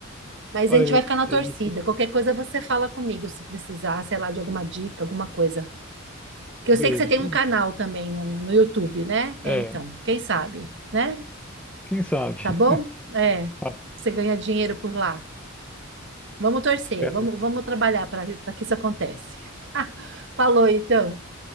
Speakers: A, on the right (about 60°); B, in the centre.
A: Mas
B: Olha,
A: a gente
B: eu-
A: vai ficar na torcida.
B: é isso.
A: Qualquer coisa você fala comigo se precisar, sei lá, de alguma dica, alguma coisa. Que eu
B: Beleza,
A: sei que você tem
B: chega.
A: um canal também no, no YouTube, né?
B: É,
A: É, então, quem sabe, né?
B: quem sabe?
A: Tá bom?
B: <laughs>
A: É,
B: Tá,
A: você ganha dinheiro por lá. Vamos torcer,
B: espero.
A: vamos, vamos trabalhar para para que isso aconteça. <laughs> Falou, então.